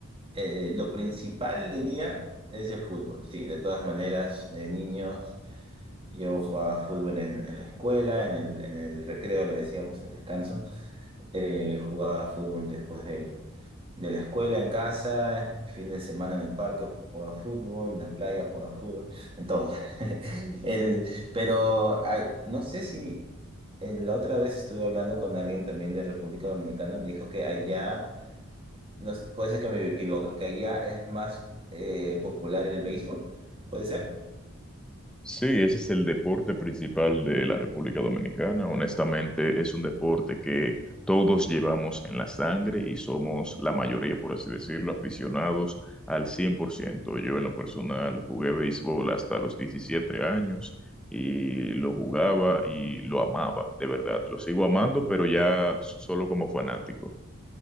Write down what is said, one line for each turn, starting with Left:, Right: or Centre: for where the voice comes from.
Right: eh, lo principal, diría, es el fútbol. Sí, de todas maneras, de niños, yo jugaba fútbol en, en la escuela, en el, en el recreo, le decíamos, el descanso. Eh, jugaba fútbol después del- de la escuela, en casa, fin de semana en el parque, jugaba fútbol, en la playa, jugaba fútbol, en todo. <laughs> El, pero ay, no sé si... eh, La otra vez estuve hablando con alguien también de República Dominicana, me dijo que allá no sé, puede ser que me equivoque, que allá es más eh, popular el béisbol, ¿puede ser?
Centre: Sí, ese es el deporte principal de la República Dominicana. Honestamente, es un deporte que todos llevamos en la sangre y somos la mayoría, por así decirlo, aficionados al 100%. Yo en lo personal jugué béisbol hasta los 17 años y lo jugaba y lo amaba, de verdad. Lo sigo amando, pero ya solo como fanático.